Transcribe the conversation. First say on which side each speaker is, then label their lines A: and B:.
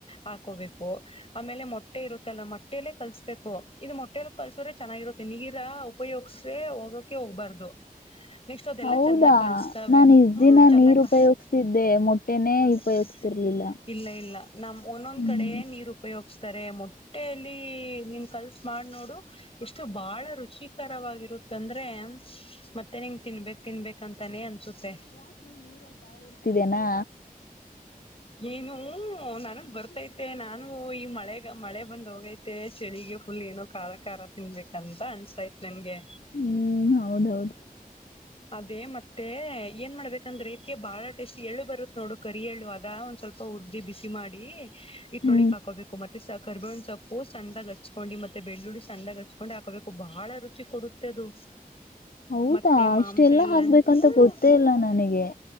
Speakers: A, on the left; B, on the left.
A: ಹಾಕೋಬೇಕು ಆಮೇಲೆ ಮೊಟ್ಟೆ ಇರುತ್ತಲ್ಲ ಮೊಟ್ಟೆಯಲ್ಲೇ ಕಲ್ಸ್ಬೇಕು ಇದು ಮೊಟ್ಟೆೆಯಲ್ಲಿ ಕಲ್ಸ್ರೆ ಚೆನ್ನಾಗಿರುತ್ತೆ ನೀರ ಉಪಯೋಗಸ್ರೆ ಹೋಗಕೆ ಹೋಗ್ಬಾರ್ದು ನೆಕ್ಸ್ಟ್ ಅದೆಲ್ಲ
B: ಹೌದಾ
A: ಚೆನ್ನಾಗ್ ಕಲ್ಸ್ಕೊಬೇಕು
B: ನಾನು ಇಷ್ಟ
A: ಹ್ಮ್
B: ದಿನ
A: ಚೆನ್ನಾಗ
B: ನೀರ್ ಉಪಯೋಗ್ಸ್ತಿದ್ದೆ ಮೊಟ್ಟೆನೇ
A: <unintelligible>
B: ಉಪಯೋಗ್ಸ್ತಿರ್ಲಿಲ್ಲ
A: ಇಲ್ಲ ಇಲ್ಲ ನಮ ಒಂದೊಂದ್
B: ಹ್ಮ್
A: ಕಡೆ ನೀರ್ ಉಪಯೋಗ <unintelligible> ಹ್ತಾರೆ ಮೊಟ್ಟೆೆಯಲ್ಲಿ ನೀನ್ ಕಲ್ <unintelligible> ಮಾಡ್ ನೋಡು ಎಷ್ಟು ಬಹಳ ರುಚಿಕರವಾಗಿರುತ್ತ <unintelligible> ತೊಂದ್ರೆ ಮತ್ತೆ ನಿಂಗ ತಿನ್ಬೇಕ್ ತಿನ್ಬೇಕ್ಂತಾನೇ ಅನ್ಸುತ್ತೆ
B: ೇನಾ
A: ಏನು ನನಗ್ ಬರ್ತೈತೆ ನಾನು ಹ ಈ ಮಳೆಗ ಮಳೆ ಬಂದ್ ಹೋಗೈತೆ ಚಳಿಗೆ ಫುಲ್ ಏನೋ ಖರಾ ಖಾರ ತಿನ್ಬೇಕಂತ ಅನ್ಸ್ತಾತ್ ನನ್ಗೆ
B: ಹ್ಮ್ ಹೌದೌದು
A: ಅದೇ ಮತ್ತೆ ಏನ್ ಮಾಡ್ಬೇಕಂದ್ರೆ ಬಾಳ ಟೇಸ್ಟಿ ಎಳ್ಳು ಬರುತ್ ನೋಡು ಕರಿ ಎಳ್ಳು ಅದ ಒಂದ ಸ್ವಲ್ಪ ಉರ್ದಿ ಬಿಸಿ ಮಾಡಿ ಇಟೂಳಿಕ್
B: ಹ್ಮ್
A: ಹಾಕೋಬೇಕು ಮೆ <unintelligible> ಕರ್ಬೇವಣ್ ಸೊಪ್ಪು ಸ್ಣಾಗ ಹಚ್ಕೊಂಡಿ ಮತ್ತೆ ಬೆಳ್ಳುಳ್ಳಿ ಸಣ್ಣಾಗ ಹಚ್ಕೊಂಡು ಹಾಕೋಬೇಕು ಬಹಳ ರುಚಿ ಕೊಡುತ್ತೆ ಅದು
B: ಹೌದಾ
A: ಮತ್ತೆ
B: ಅಷ್ಟ
A: ಮಾಂಸ
B: ಎಲ್ಲ
A: ಎಲ್ಲಾನು
B: ಹಾಕ್ಬೇಕಂತ
A: ಹ್ಮ್
B: ಗೊತ್ತೇ ಇಲ್ಲ ನನಗೆ